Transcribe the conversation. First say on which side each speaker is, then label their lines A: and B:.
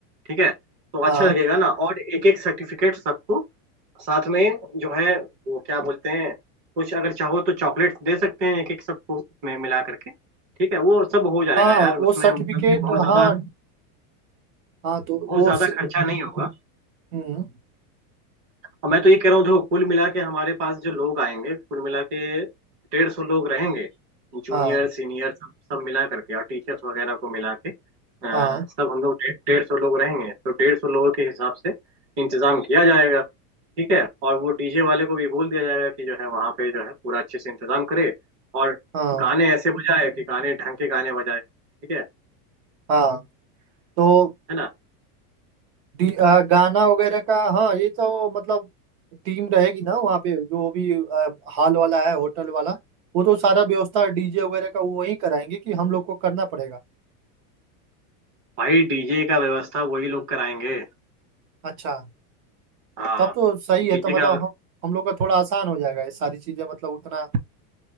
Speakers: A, on the right; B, on the right.
A: ठीक है तो
B: हाँ
A: अच्छा लगेगा ना और एक एक सर्टिफिकेट सबको साथ में जो है वो क्या बोलते हैं कुछ अगर चाहो तो चॉकलेट्स दे सकते हैं एक एक सबको उसमें मिला करके ठीक है वो सब हो जाएगा
B: हाँ
A: यार उसमें
B: वो सर्टिफिकेट
A: मतलब कि बहुत ज्यादा
B: हाँ हाँ तो
A: बहुत
B: वो
A: ज्यादा
B: से-
A: खर्चा नहीं होगा
B: हम्म
A: और मैं तो ये कह रहा हूँ जो कुल मिला के हमारे पास जो लोग आएंगे कुल मिला के डेढ़ सौ लोग रहेंगे जूनियर
B: हाँ
A: सीनियर सब सब मिला करके और टीचर्स वगैरह को मिला के अ,
B: हाँ
A: सब हम लोग डेढ़ डेढ़ सौ लोग रहेंगे तो डेढ़ सौ लोगों के हिसाब से इंतजाम किया जाएगा ठीक है और वो डीजे वाले को भी बोल दिया जाएगा कि जो है वहाँ पे जो है पूरा अच्छे से इंतजाम करे और
B: हाँ
A: गाने ऐसे बजाए कि गाने ढंग के गाने बजाए ठीक है
B: हाँ तो
A: है ना
B: डी- आ, गाना वगैरह का हाँ ये तो मतलब टीम रहेगी ना वहाँ पे जो भी आ, हॉल वाला है होटल वाला वो तो सारा व्यवस्था डीजे वगैरह का वो वही कराएंगे कि हम लोग को करना पड़ेगा
A: भाई डीजे का व्यवस्था वही लोग कराएंगे
B: अच्छा
A: हाँ
B: तब तो सही है
A: डीजे
B: तो मतलब
A: का
B: हम हम लोग का थोड़ा आसान हो जाएगा ये सारी चीजें मतलब उतना